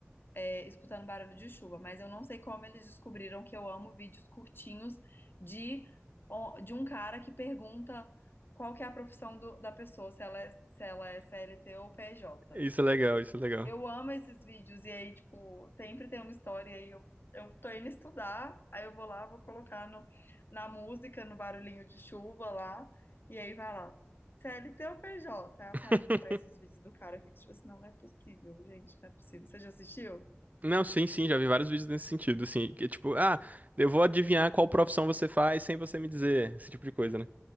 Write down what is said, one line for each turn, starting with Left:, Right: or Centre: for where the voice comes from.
Left: é, escutando barulho de chuva, mas eu não sei como eles descobriram que eu amo vídeos curtinhos de, ó, de um cara que pergunta qual que é a profissão do- da pessoa, se ela é, se ela é CLT ou PJ.
Right: Isso é legal, isso é legal.
Left: Eu amo esses vídeos e aí, tipo, sempre tem uma história e aí eu, eu tô indo estudar, aí eu vou lá, vou colocar no, na música, no barulhinho de chuva lá, e aí vai lá, CLT ou PJ? Aí
Right: <laughs>
Left: aparece os vídeos do cara, eu fico tipo assim, não, não é possível, gente, não é possível. Você já assistiu?
Right: Não, sim, sim, já vi vários vídeos nesse sentido, assim, que é tipo, ah, eu vou adivinhar qual profissão você faz sem você me dizer, esse tipo de coisa, né?